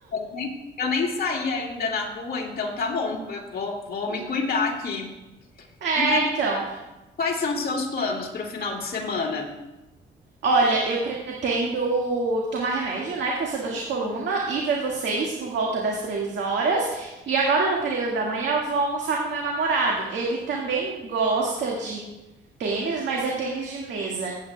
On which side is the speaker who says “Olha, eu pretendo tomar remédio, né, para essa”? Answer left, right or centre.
Right